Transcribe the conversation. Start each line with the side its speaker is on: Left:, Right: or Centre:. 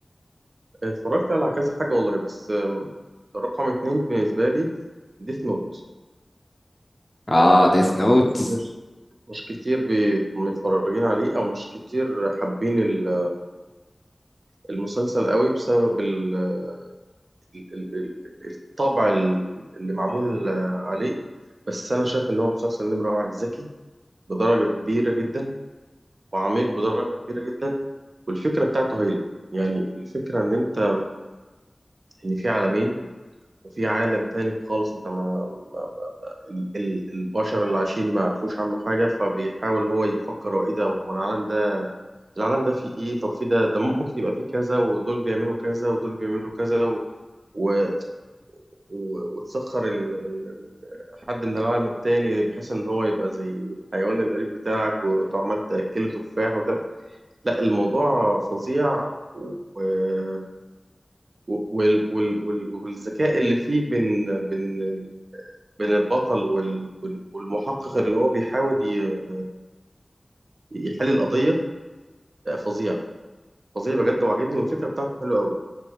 Right: اتفرجت على كذا حاجه والله بس آم، رقم اتنين بالنسبه لي ديث نوت
Left: آه
Right: آه
Left: ديث نوت
Right: ناس مش مش كتير بي- متفرجين عليه او مش كتير حابين ال- المسلسل قوي بسبب ال- ال- ال- ال- الطبع ال- اللي معمول آه، عليه بس انا شايف ان هو مسلسل نمره واحد ذكي بدرجه كبيره جدا وعميق بدرجه كبيره جدا والفكره بتاعته هايله يعني الفكره ان انت ان في عالمين وفي عالم تاني خالص انت ما, ما, ما ما- ال- ال- البشر اللي عايشين ما يعرفوش عنه حاجة فبيحاول هو يفكر هو ايه ده هو العالم ده العالم ده فيه ايه طب في ده ده ممكن يبقى فيه كذا ودول بيعملوا كذا ودول بيعملوا كذا و... و... و... وتسخر ال... ال- حد من العالم التاني بحيث ان هو يبقى زي الحيوان الأليف بتاعك وعمال تأكله تفاح وتعمل لا الموضوع فظيع و... و- وال... وال... وال... والذكاء اللي فيه بين بين بين البطل وال- وال- والمحقق اللي هو بيحاول ي- يحل القضية آه، فظيع فظيع بجد وعجبني والفكرة بتاعته حلوة قوي